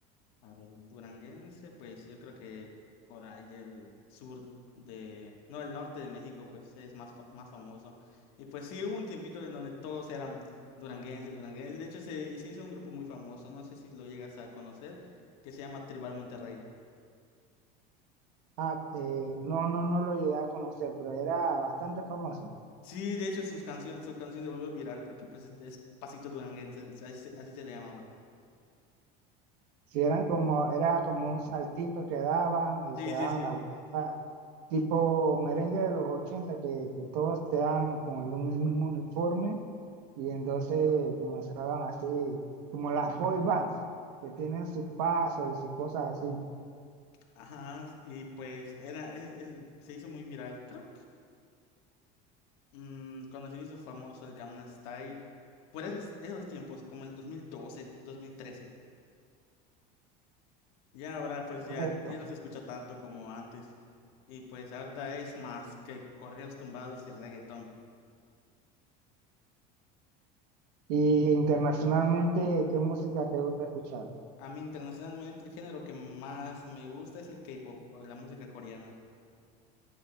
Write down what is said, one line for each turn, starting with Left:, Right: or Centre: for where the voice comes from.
Left: A ver, duranguense, pues yo creo que por ahí del sur de, no, el norte de México, pues es más, fa- más famoso. Y pues sí, hubo un tiempito en donde todos eran duranguenses, duranguenses. De hecho, se, se hizo un grupo muy famoso, no sé si lo llegas a conocer, que se llama Tribal Monterrey.
Right: Ah, eh, no, no, no lo llegué a conocer, pero era bastante famoso.
Left: Sí, de hecho, sus canciones, su canción se volvió viral porque pues es, es pasito duranguense, o sea, así, se así se le llamaba.
Right: Si eran como, era como un saltito que daban y
Left: Sí,
Right: se daban
Left: sí, sí.
Right: la vuelta, tipo merengue de los 80 que, que todos te dan con el un- mismo uniforme y entonces comenzaban así, como las boy bands, que tienen sus pasos y sus cosas así,
Left: Ajá, y pues era, es- es- se hizo muy viral, creo Mm, cuando se hizo famoso el Gangnam Style, por esos, esos tiempos, como el 2012, 2013. Ya ahora pues
Right: correcto.
Left: ya, ya no se escucha tanto como antes. Y pues ahorita es más que correos tumbados y reggaetón.
Right: Y internacionalmente, ¿qué música te gusta escuchar?
Left: A mí internacionalmente el género que más me gusta es el K-pop, o la música coreana.